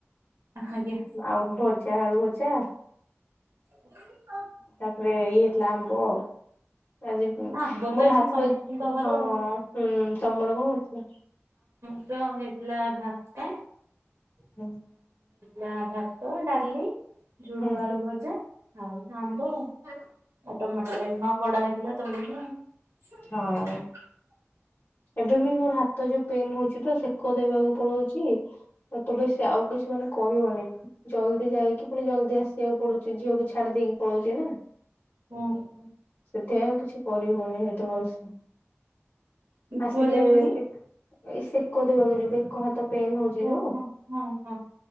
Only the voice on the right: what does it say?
ଆଜ୍ଞା
<inaudible>
ନା ଆମ୍ବ ତ
ଏଇନେ
ସମସ୍ତିଙ୍କ ଘରେ
ଆଉ
<unintelligible> ଲାଭା କାଇଁ?
ନା ଭାତ ଡାଲି ଝୁଡୁଙ୍ଗ
ଆଳୁ
ଭଜା ଖାଉଚୁ ଆମ୍ବ। ଆ ତମେ ଖାଇନ କଡ଼ାହେ? <unintelligible>
<inaudible>
ହୁଁ ହୁଁ
କୁଆ ଯାଉଛନ୍ତି?
ଓହୋ
ହଁ ହଁ